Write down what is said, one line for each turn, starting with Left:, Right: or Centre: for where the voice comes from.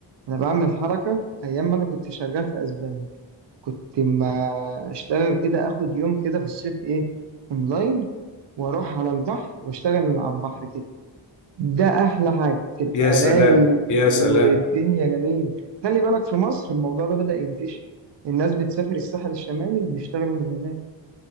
Right: انا بعمل حركه ايام ما انا كنت شغال في اسبانيا كنت ما اشتغل كده اخد يوم كده في الصيف ايه اونلاين واروح على البحر واشتغل من على البحر كده ده احلى حاجه تبقى
Left: يا سلام
Right: رايق والدنيا
Left: يا سلام
Right: جميله خلي بالك في مصر الموضوع ده بدأ ينتشر الناس بتسافر الساحل الشمالي وبيشتغلوا من هناك